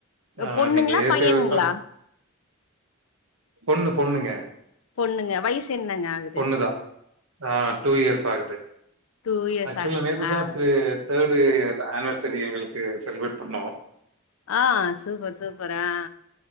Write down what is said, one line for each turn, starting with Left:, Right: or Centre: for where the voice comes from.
Right: ஆ
Left: பொண்ணுங்களா
Right: நீங்க இயற்கை
Left: பையனுங்களா
Right: விவசாயம் பொண்ணு பொண்ணுங்க
Left: பொண்ணுங்க வயசு என்னங்க ஆகுது
Right: பொண்ணுதா ஆ டூ இயர்ஸ் ஆகுது
Left: டூ இயர்ஸ்
Right: ஆக்சுவல
Left: ஆகுதுங்களா
Right: நேத்து தா தேடு ஆனிவர்சரி எங்களுக்கு செலிப்ரேட் பண்ணோ
Left: ஆ சூப்பர் சூப்பரா ஆ